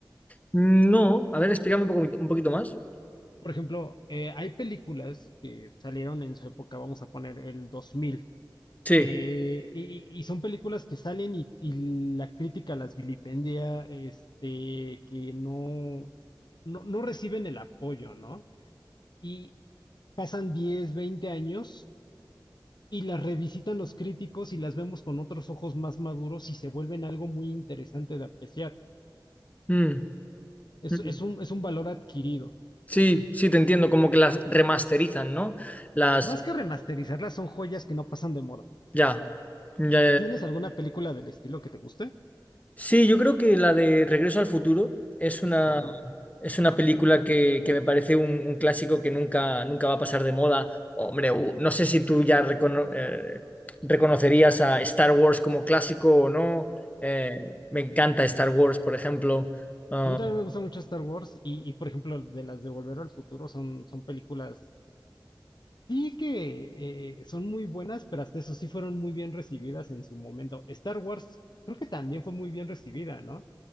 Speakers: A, on the left (about 20°); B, on the left (about 65°).
A: No, a ver, explícame un poco, un poquito más.
B: Por ejemplo, eh, hay películas que salieron en su época, vamos a poner el dos mil
A: Sí.
B: Eh, y, y son películas que salen y, y la crítica las vilipendia, este, que no, no, no reciben el apoyo, ¿no? Y pasan 10, 20 años y las revisitan los críticos y las vemos con otros ojos más maduros y se vuelven algo muy interesante de apreciar.
A: Mm,
B: Es,
A: mm.
B: es
A: mm.
B: un, es un valor adquirido.
A: Sí, sí, te entiendo, como que las remasterizan, ¿no? Las,
B: Más que remasterizarlas, son joyas que no pasan de moda.
A: ya, ya,
B: ¿Tienes alguna película del estilo que te guste?
A: Sí, yo creo que la de Regreso al Futuro es una,
B: Claro.
A: es una película que, que me parece un, un clásico que nunca, nunca va a pasar de moda. Hombre, u- no sé si tú ya recono- eh, reconocerías a Star Wars como clásico o no. Eh, me encanta Star Wars, por ejemplo. Ah,
B: A mí también me gusta mucho Star Wars y, y, por ejemplo, de las de Volver al Futuro son, son películas, sí que eh, son muy buenas, pero hasta eso sí fueron muy bien recibidas en su momento. Star Wars creo que también fue muy bien recibida, ¿no?